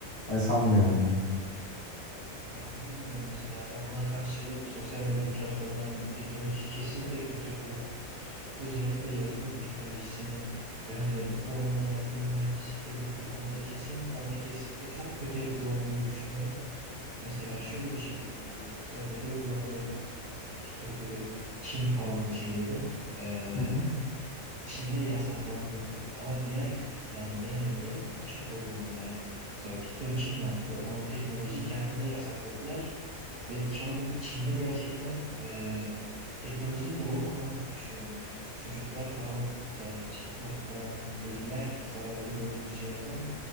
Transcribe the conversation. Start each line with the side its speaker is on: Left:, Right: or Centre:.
Left: ben sanmıyorum yani.
Right: Ya bilmiyorum mesela ben buna karşı sosyal medya platformlarının bu teknolojiyi kesinlikle kötüye kullandığını, özellikle yazılım teknolojisinin ve hani bu alanla alakalı mühendisliklerin bu konuda kesinlikle ama kesinlikle çok kötüye kullanıldığını düşünüyorum. Mesela şöyle bir şey duydum bu sosyal medya uygulamalarının mesela TikTok gibi Çin tabanlı şeylerin eee,
Left: Hı hı.
Right: Çin'de yasaklandığını ama diğer dünyanın genelinde açık olduğunu yani mesela TikTok Çin yaptı ama bu teknolojiyi kendilerine yasakladılar. Ve şu anda Çin'de gerçekten e, teknolojinin doğru kullanıldığını düşünüyorum. Çocuklar falan mesela TikTok'tan ve diğer zararlı gördüğümüz şeylerden